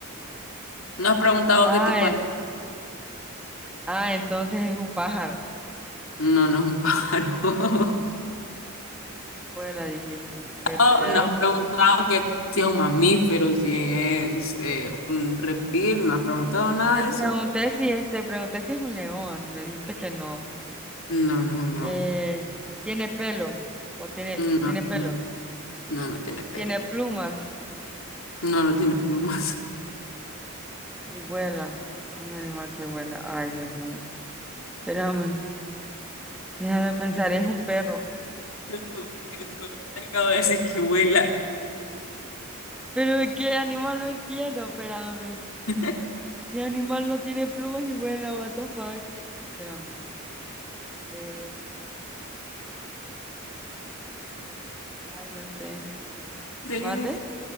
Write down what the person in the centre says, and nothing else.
Ah,
en-
ah, entonces es un pájaro.
Abuela, dijiste. ¿Qué pedo?
Te
pregunté
si es, te pregunté si es un león. Me dijiste que no.
Eh, ¿tiene pelo? ¿O tiene,
tiene pelo?
¿Tiene plumas?
Y vuela. Es un animal que vuela. Ay, Dios mío. Espérame, déjame pensar, es un perro.
Pero ¿de qué animal no entiendo? Espérame.
¿Qué animal no tiene plumas y vuela? What the fuck? Espérame. Eh, ay, no sé.
¿Mande?